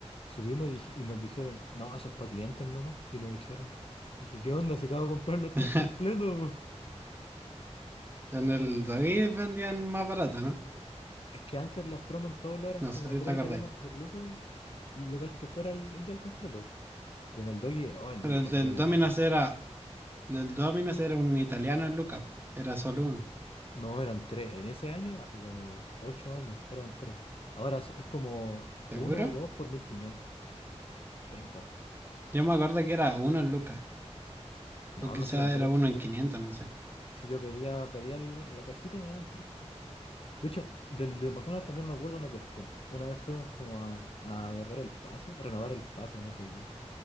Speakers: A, on the left; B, on the right.
A: Subimos y, dij- y nos dijeron, no, eso es para clientes nomás. Y nos echaron. Dije, ¿qué onda? Se acaba de comprar los
B: <laughs>
A: tres completos.
B: En el Doggy vendían más barato, ¿no?
A: Es que antes las promos en todos lados eran
B: No
A: como
B: sé si
A: tres
B: te acordáis.
A: italianos por lucas, local que fuera el, el día al completo. Pero en el Doggy, oh, el
B: Pero
A: Doggy está
B: el del
A: terrible
B: Domino's
A: malo.
B: era, el del Domino's era un italiano en lucas. Era solo uno.
A: No, eran tres. En ese año, hace como ocho años, eran tres. Ahora so- es como
B: ¿Seguro?
A: uno o dos por 1500. Venga.
B: Yo me acuerdo que era uno en lucas.
A: No,
B: O quizá
A: no si eran tres,
B: era uno
A: pues.
B: en 500, no sé.
A: Si yo pedía, pedía el- en la cajita y me daban tres, pues. De hecho, del de McDonald's también me acuerdo una cuestión. Una vez fuimos como a, a agarrar el pase, a renovar el pase, no sé qué.